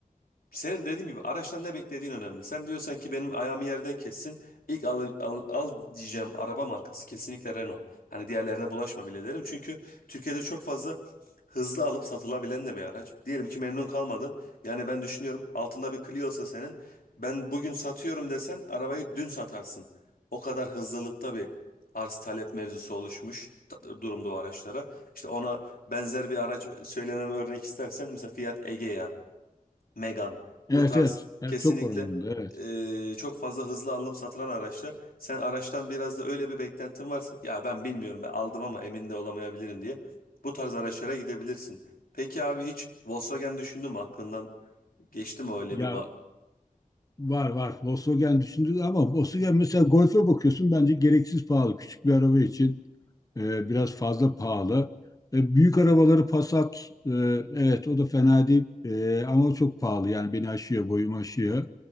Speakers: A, on the left (about 85°); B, on the left (about 25°).
A: senin dediğim gibi araçtan ne beklediğin önemli. Sen diyorsan ki benim ayağımı yerden kessin. İlk al, al, al diyeceğim araba markası kesinlikle Renault. Hani diğerlerine bulaşma bile derim. Çünkü Türkiye'de çok fazla hızlı alıp satılabilen de bir araç. Diyelim ki memnun kalmadın. Yani ben düşünüyorum altında bir Clio'sa senin. Ben bugün satıyorum desen arabayı dün satarsın. O kadar hızlılıkta bir arz talep mevzusu oluşmuş ta- durumda o araçlara. İşte ona benzer bir araç söylemem örnek istersen mesela Fiat Egea. Megane.
B: Evet
A: Bu tarz
B: evet. Evet,
A: kesinlikle
B: çok oranında evet.
A: e, çok fazla hızlı alınıp satılan araçlar. Sen araçtan biraz da öyle bir beklentin varsa ya ben bilmiyorum ben aldım ama emin de olamayabilirim diye bu tarz araçlara gidebilirsin. Peki abi hiç Volkswagen düşündün mü aklından geçti mi öyle
B: Ya
A: bir
B: var var. Volkswagen düşündü ama Volkswagen mesela Golf'e bakıyorsun bence gereksiz pahalı küçük bir araba için. E, biraz fazla pahalı. E, büyük arabaları Passat, e, evet o da fena değil E, ama çok pahalı. Yani beni aşıyor, boyumu aşıyor.